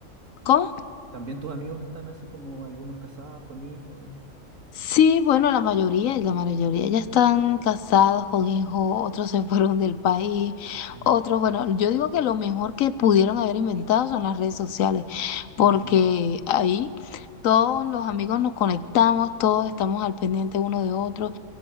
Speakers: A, on the left (about 80°); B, on the right (about 70°).
A: ¿cómo?
B: ¿También tus amigos están así como algunos casados con hijos?
A: Sí, bueno, la mayoría, la mayoría ya están casados con hijos, otros se <laughs> fueron del país,
B: Mm,
A: otros, bueno, yo digo que lo mejor que pudieron haber inventado son las redes sociales,
B: Sí,
A: porque
B: sí.
A: ahí todos los amigos nos conectamos, todos estamos al pendiente uno de otro,